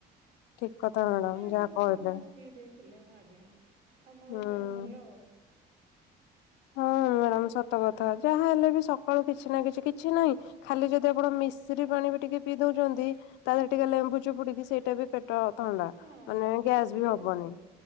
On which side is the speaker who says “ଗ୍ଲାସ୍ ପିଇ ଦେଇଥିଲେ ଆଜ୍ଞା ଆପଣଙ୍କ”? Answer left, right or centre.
Right